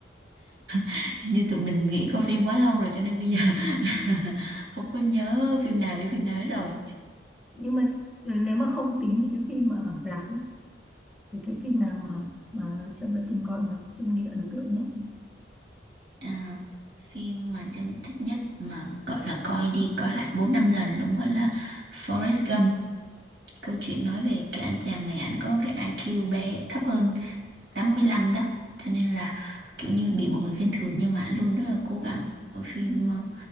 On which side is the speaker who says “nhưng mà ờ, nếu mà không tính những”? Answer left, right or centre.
Centre